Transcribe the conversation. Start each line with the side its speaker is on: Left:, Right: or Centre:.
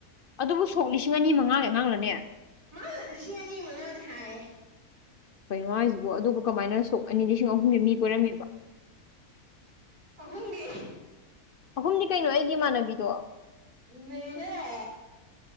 Left: ꯑꯗꯨꯕꯨ ꯁꯣꯛ ꯂꯤꯁꯤꯡ ꯑꯅꯤ ꯃꯉꯥꯒꯤ ꯑꯉꯥꯡꯂꯅꯦ
Right: ꯃꯥ ꯂꯤꯁꯤꯡ ꯑꯅꯤ ꯃꯉꯥꯅꯤ ꯍꯥꯏꯌꯦ
Left: ꯀꯩꯅꯣ ꯍꯣꯏꯁꯤꯕꯨ ꯑꯗꯨꯒ ꯀꯃꯥꯏꯅ ꯁꯣꯛ ꯑꯅꯤ ꯂꯤꯁꯤꯡ ꯑꯍꯨꯝꯒꯤ ꯃꯤ ꯀꯣꯏꯔꯝꯃꯤꯕ
Right: ꯑꯍꯨꯝꯒꯤ
Left: ꯑꯍꯨꯝꯗꯤ ꯀꯩꯅꯣ ꯑꯩꯒꯤ ꯏꯃꯥꯟꯅꯕꯤꯗꯣ
Right: ꯅꯩꯍꯦ